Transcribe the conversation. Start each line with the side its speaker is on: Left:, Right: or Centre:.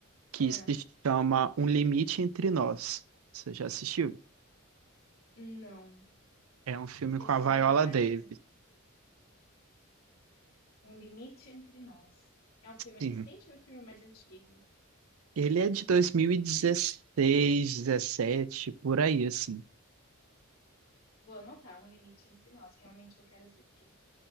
Right: que
Left: Ah,
Right: se chama Um Limite Entre Nós. Você já assistiu?
Left: não.
Right: É um filme
Left: Precisa
Right: com a Viola
Left: anotar
Right: Davis.
Left: isso. Um Limite Entre Nós. É um filme recente
Right: Sim.
Left: ou é um filme mais antigo?
Right: Ele é de 2016, dezessete, por aí, assim.
Left: Vou anotar Um Limite Entre Nós. Realmente eu quero assistir.